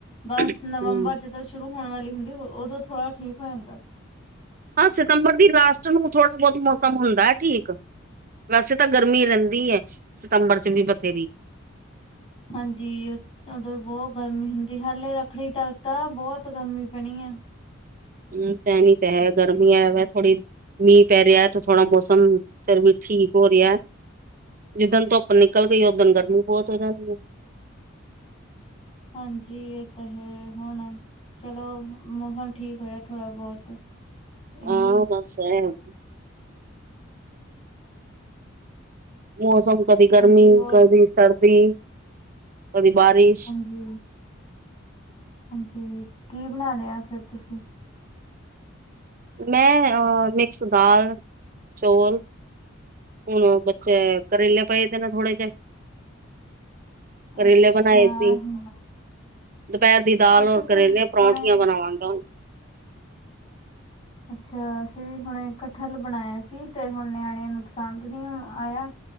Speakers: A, on the left; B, on the right.
A: ਬਸ
B: ਹੂੰ,
A: ਨਵੰਬਰ ਜਦੋਂ ਸ਼ੁਰੂ ਹੋਣ ਵਾਲੀ ਹੁੰਦੀ, ਉਦੋਂ ਥੋੜਾ ਠੀਕ ਹੋ ਜਾਂਦਾ।
B: ਹਾਂ ਸਤੰਬਰ ਦੀ ਲਾਸਟ ਨੂੰ, ਥੋੜ੍ਹਾ ਬਹੁਤ ਮੌਸਮ ਹੁੰਦਾ ਹੈ ਠੀਕ ਵੈਸੇ ਤਾਂ ਗਰਮੀ ਰਹਿੰਦੀ ਹੈ, ਸਤੰਬਰ 'ਚ ਵੀ ਬਥੇਰੀ
A: ਹਾਂਜੀ। ਉਦੋਂ ਵੀ ਬਹੁਤ ਗਰਮੀ ਹੁੰਦੀ, ਹਾਲੇ ਰੱਖੜੀ ਤੱਕ ਤਾਂ ਬਹੁਤ ਗਰਮੀ ਪੈਣੀ ਆ
B: ਹਮ, ਪੈ ਨੀ ਤਾਂ ਹੈ ਗਰਮੀ ਹੈ, ਵ ਥੋੜੀ ਮੀਂਹ ਪੈ ਰਿਹਾ ਤੇ ਥੋੜਾ ਮੌਸਮ, ਫਿਰ ਵੀ ਠੀਕ ਹੋ ਰਿਹਾ। ਜਿੱਦਣ ਧੁੱਪ ਨਿਕਲ ਗਈ, ਓਦਣ ਗਰਮੀ ਬਹੁਤ ਹੋ ਜਾਂਦੀ ਹੈ।
A: ਹਾਂਜੀ ਇਹ ਤਾਂ ਹੈ, ਹੁਣ ਚਲੋ, ਮੌਸਮ ਠੀਕ ਹੋਇਆ ਥੋੜਾ ਬਹੁਤ। ਇਹੀ
B: ਆ, ਦਸਿਆ ਇਨੂ ਮੌਸਮ ਕਦੀ ਗਰਮੀ,
A: ਹਾਂਜੀ ਹੋਰ
B: ਕਦੀ ਸਰਦੀ, ਕਦੀ ਬਾਰਿਸ਼।
A: ਜੀ। ਹਾਂਜੀ, ਕੀ ਬਣਾ ਲਿਆ ਫਿਰ ਤੁਸੀਂ?
B: ਮੈਂ ਅ, ਮਿਕਸ ਦਾਲ, ਚੋਲ ਹੁਣ ਬੱਚੇ, ਕਰੇਲੇ ਪਏਦੇ ਨੇ ਥੋੜੇ ਜਿਹੇ ਕਰੇਲੇ
A: ਅੱਛਾ
B: ਬਣਾਇ ਸੀ। ਦੁਪਹਿਰ ਦੀ ਦਾਲ
A: ਅਸੀਂ
B: ਔਰ
A: ਵੀ
B: ਕਰੇਲੇ, ਪਰੌਂਠੀਆਂ
A: ਹੁਣੇ
B: ਬਣਾਵਾਂਗਾ ਹਣ।
A: ਅੱਛਾ, ਅਸੀਂ ਵੀ ਹੁਣ ਕਠਲ ਬਣਾਇਆ ਸੀ, ਤੇ ਹੁਣ ਨਿਆਣਿਆਂ ਨੂੰੁ ਪਸੰਦ ਨੀ ਆਇਆ।